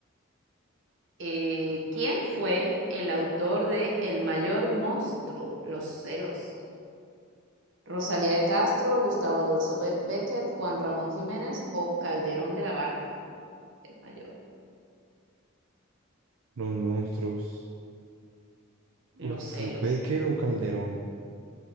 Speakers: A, on the right; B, on the right.
A: Eh, ¿quién fue el autor de El mayor monstruo, Los celos? Rosalía de Castro, Gustavo Adolfo Be- Becker, Juan Ramón Jiménez o Calderón de la Barca, el mayor,
B: Los monstruos.
A: Los
B: Uf,
A: celos.
B: Becker o Calderón.